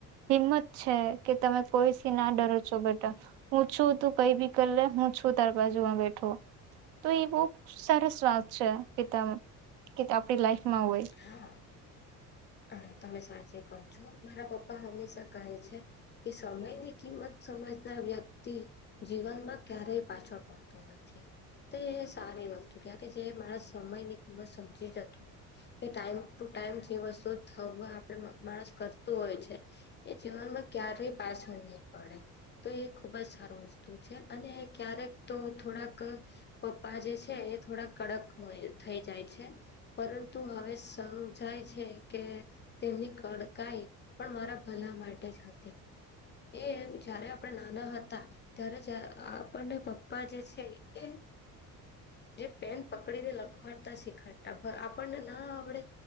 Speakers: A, on the right; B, on the left.
A: હિંમત છે કે તમે કોઈથીી ના ડરો છો બેટા હું છું તું કઈ બી કરી લે હું છું તાર બાજુમાં બેઠો તો એ બહ સરસ વાત છે પિતા કે આપણી લાઈફમાં હોય
B: હા હા તમે સાચી કહો છો મારા પપ્પા હંમેશા કહે છે કે સમય ની કિંમત સમજના વ્યક્તિ જીવનમાં ક્યારેય પાછળ પડતું નથી તો એ સારી વસ્તુ ક્યા કે જે મારા સમય ની કિંમત સમજી જતું હોય કે ટાઈમ ટુ ટાઈમ જે વસ્તુ થવા આપડ માણસ કરતું હોય છે એ જીવનમાં ક્યારેય પાછળ નહી પડે તો એ ખુબ જ સારું વસ્તુ છે અને ક્યારેક તો થોડાક પપ્પા જે છે એ થોડા કડક હોય થઈ જાય છે પરંતુ હવે સમ જાય છે કે તેમની કડકાઈ પણ મારા ભલા માટે જ હતી એ જયારે આપણે નાના હતા ત્યારે જ આપણને પપ્પા જે છે એ જે પેન પકડીને લખવાડતા શીખાડતા આપણને ના આવડે